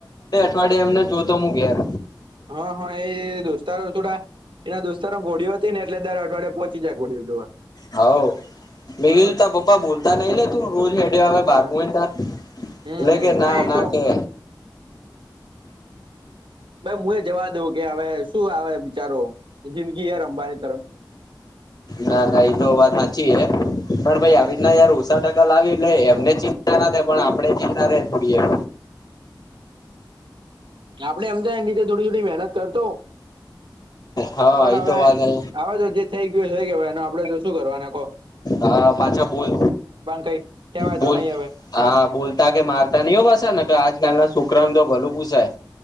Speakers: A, on the left; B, on the right.
A: પાડે એમને જોતો હું ઘેર
B: હ હા એ દોસ્તારો થોડા એના દોસ્તારો બોડિયો તી ને એટલે દર અઠવાડિયે પોહચી જાય બોડિયો જોવા.
A: હાવ મેં
B: હમ
A: તા પપ્પા બોલતા નઈલે તું રોજ હેડે આવે બારમુુંને તાર
B: હમ
A: એ લે
B: હમ
A: કે ના
B: એ
A: ના
B: તો
A: કે
B: ભાઈ હું એ જવા દઉં કે હવે શું આવે બિચારો જિંદગી એ રમવાની
A: ના ના એતો વાત સાચી હે પણ
B: હમ
A: ભાઈ આવી જ ના યાર ઓ છા ટકા લાવીએ એટલે એમને ચિંતા ના થાય પણ આપડે ચિંતા રે થોડી એમ
B: આપડે અમદે એ નીધે થોડી થોડી મહેનત કરતો
A: હા
B: પણ
A: એ
B: હવે
A: તો વાત હે.
B: આવે તો જે થઈ ગયું થઈ ગયુ ને પડે લુ શું કરવાના કો
A: આ પાંછા બોલ
B: કઈ કેવાય
A: બોલ
B: તો નહી હવે
A: હા બોલતા કે મારતા નહી હો બસ ને તો આજકાલના છોકરા તો ભલું પૂસાય